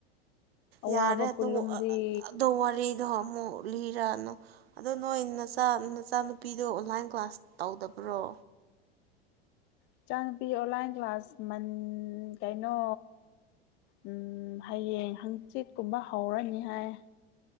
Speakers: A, on the left; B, on the right.
A: ꯑꯋꯥꯕ
B: ꯌꯥꯔꯦ ꯑꯗꯨ
A: ꯄꯨꯂꯨꯝꯗꯤ
B: ꯑꯗꯨ ꯋꯥꯔꯤꯗꯣ ꯑꯃꯨꯛ ꯂꯤꯔꯛꯅꯨ ꯑꯗꯣ ꯅꯣꯏ ꯅꯆꯥ ꯅꯆꯥꯅꯨꯄꯤꯗꯣ ꯑꯣꯟꯂꯥꯏꯟ ꯀ꯭ꯂꯥꯁ ꯇꯧꯗꯕ꯭ꯔꯣ
A: ꯏꯆꯥ ꯅꯨꯨꯄꯤ ꯑꯣꯟꯂꯥꯏꯟ ꯀ꯭ꯂꯥꯁ ꯃꯟ ꯀꯩꯅꯣ ꯎꯝ ꯍꯌꯦꯡ ꯍꯪꯆꯤꯠ ꯀꯨꯝꯕ ꯍꯧꯔꯅꯤ ꯍꯥꯏ